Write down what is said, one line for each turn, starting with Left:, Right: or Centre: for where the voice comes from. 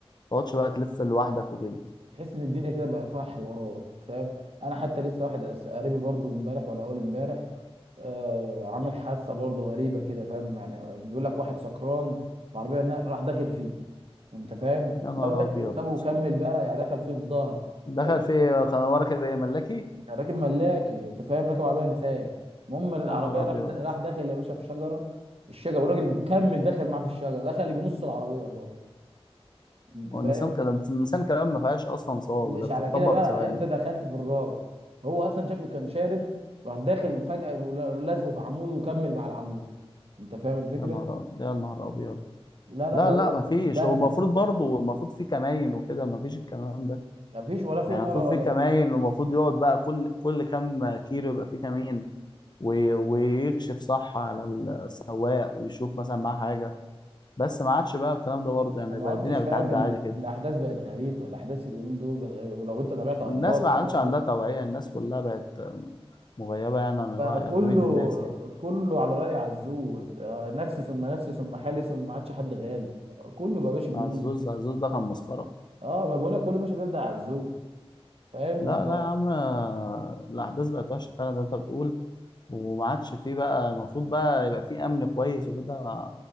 Left: تقعدش بقى تلف لوحدك وكده
Right: تحس ان الدنيا كده بقى فيها حوارات فاهم انا حتى لسه واحد قريبي برضو امبارح ولا اول امبارح آه، عامل حادثه برضه غريبه كده فاهم يعني بيقول لك واحد سكران في عربيه نا- راح داخل فيه انت فاهم
Left: يا نهار
Right: لو داخل
Left: ابيض
Right: وسابه وكمل بقى يعني دخل فيه في ظهر
Left: دخل
Right: راكب
Left: في ايه كان ورا كده ايه ملاكي
Right: راكب ملاكي انت فاهم راكب عربيه انسان المهم العربيه
Left: يا نهار ابيض
Right: راح دا... راح داخل يا باشا في شجره الشجره والراجل كمل داخل معاه في الشجره دخل يجي نص العربيه الراجل انت
Left: هو
Right: فاهم
Left: النسان كده النسان كلام ما فيهاش اصلا صواب
Right: مش
Left: ده بتطبق
Right: على كده بقى
Left: في ثواني
Right: انت دخلت في الراجل هو اصلا شكله كان شارب راح داخل فجاه ولازقه في عمود وكمل مع العمود انت فاهم الفكره
Left: يا نهار ابيض يا نهار ابيض
Right: لا لا
Left: لا
Right: ده هو
Left: لا ما فيش
Right: بهدل
Left: هو المفروض برضه المفروض في كماين وكده ما فيش الكلام ده
Right: مفيش ولا في
Left: يعني
Right: نار
Left: المفروض
Right: ولا
Left: في كماين
Right: في
Left: والمفروض يقعد بقى كل كل كام كيلو يبقى في كمين وي- ويكشف صح على السواق ويشوف مثلا معاه حاجة بس ما عادش بقى الكلام ده برضه يعني
Right: انا ما
Left: بقى
Right: عدتش
Left: الدنيا بتعدي
Right: فاهم ال...
Left: عادي
Right: الاحداث
Left: كده
Right: بقت غريبه الاحداث اليومين دول بقت غريبه ولو انت تابعت
Left: والناس
Right: اخبار والكلام
Left: ما عادش عندها
Right: ده
Left: توعية الناس كلها بقت مغيبة يعني عن
Right: بقى
Left: الوعي
Right: كله
Left: أغلبية الناس يعني
Right: كله على راي عزوز آه، نفسي ثم نفسي ثم حالي ثم ما عادش حد غالي آه، كله بقى ماشي بالمن...
Left: عزوز عزوز ده كان مسخرة
Right: اه ما بقول لك كله ماشي بيبدا عزوز فاهم
Left: لا
Right: ف...
Left: لا يا عم الأحداث بقت وحشة فعلا زي ما أنت بتقول وما عادش فيه بقى المفروض بقى يبقى فيه أمن كويس وكده